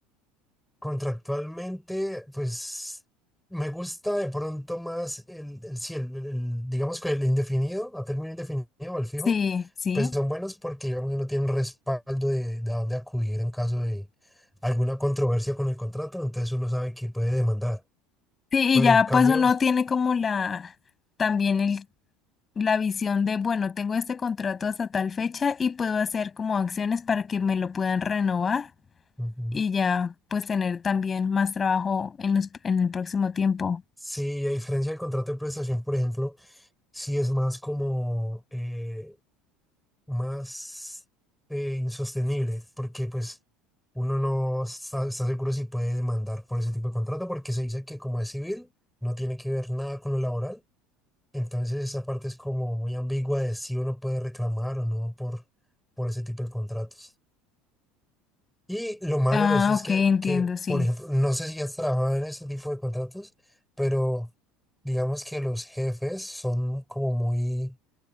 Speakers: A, in the centre; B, on the left.
A: contractualmente, pues me gusta de pronto más el, el, sí, el- el- el, digamos que el indefinido, a término indefinido o el fijo,
B: Sí, sí.
A: pues son buenos porque digamos que uno tiene un respaldo de, de a dónde acudir en caso de alguna controversia con el contrato, entonces uno sabe que puede demandar.
B: Sí,
A: Pero
B: y ya
A: en cambio...
B: pues uno tiene como la, también el, la visión de, bueno, tengo este contrato hasta tal fecha y puedo hacer como acciones para que me lo puedan renovar.
A: ujú.
B: y ya pues tener también más trabajo en los, en el próximo tiempo.
A: Sí, a diferencia del contrato de prestación, por ejemplo, sí es más como eh, más eh, insostenible, porque pues uno no está, está seguro si puede demandar por ese tipo de contrato, porque se dice que como es civil, no tiene que ver nada con lo laboral. Entonces esa parte es como muy ambigua de si uno puede reclamar o no por, por ese tipo de contratos. Y lo malo
B: Ah,
A: de eso es
B: ok,
A: que,
B: entiendo,
A: que,
B: sí.
A: por ejemplo, no sé si has trabajado en este tipo de contratos, pero digamos que los jefes son como muy,